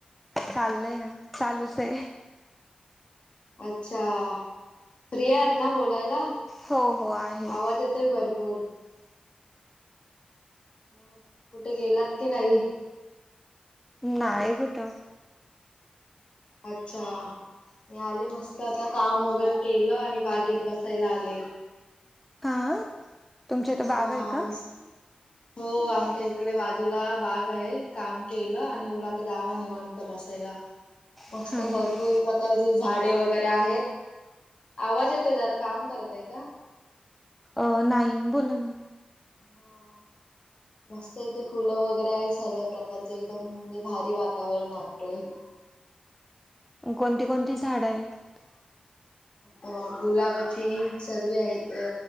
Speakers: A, in the centre; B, on the left.
A: चालय चालूच हे.
B: अच्छा फ्रिआहात ना बोलायला.
A: हो हो आहे
B: आवाज येतोय भरपूर. मग कुठे गेलात की नाही.
A: नाही कुठं.
B: अच्छा. मी आले मस्त आता काम वगैरे केलं आणि बागेत बसायला आले.
A: हा तुमच्या
B: हा
A: इथं बाग आहे का?
B: मस्त हो आमच्या इकडे बाजूला बाग आहे, काम केलं आणि मनल आता जावा निवणत बसायला. मस्त
A: हा
B: भरपूर प्रकारची झाडे वगैरे आहेत. आवाज येतो जरा काम करतय का?
A: अ नाही बोला ना.
B: हा. मस्त इथे फुलं वगैरे आहे सर्व्या प्रकारचे एकदम म्हणजे भारी वातावरण वाटतय. <inaudible>
A: कोणती कोणती झाड आहेत?
B: मग गुलाबाची सर्व आहेत अ